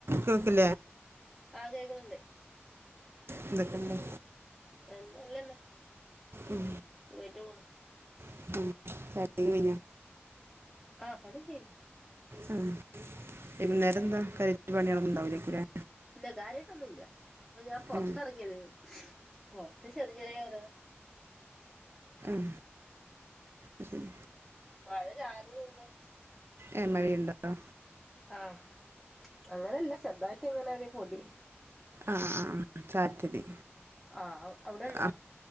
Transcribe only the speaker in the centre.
ആ കേക്കുന്നു. ണ്ട്
എന്തെനല്ലാണെ
<unintelligible> ഫോണ്
ആ പണിക്കെ കഴിഞ്ഞ്.
ഇല്ല കാര്യമായിട്ടൊന്നുംല്ല അപ്പൊ ഞാൻ പൊറത്ത്റങ്ങിയത്
പൊറത്ത് ശരി ചെറിയ ചെറിയ ഓരോ
മഴ ചാറുന്നുണ്ട്
ആഹ അങ്ങനെയല്ല ചെറുതായിട്ട് ഇങ്ങനെ ഒരു പൊടി.
ആഹ് അവിടെണ്ടോ